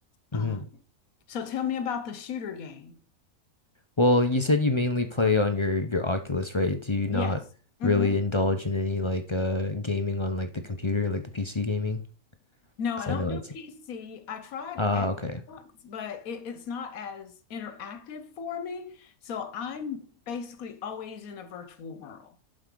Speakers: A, on the left; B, on the left.
A: hmm
B: Um, so tell me about the shooter game.
A: Well, you said you mainly play on your your Oculus, right? Do you not
B: Yes. Mm-hmm.
A: really indulge in any like uh gaming on like the computer, like the PC gaming?
B: No,
A: Because
B: I don't
A: I know
B: do
A: that's
B: PC. I tried
A: uh
B: Xbox,
A: okay.
B: but it, it's not as interactive for me. So I'm basically always in a virtual world.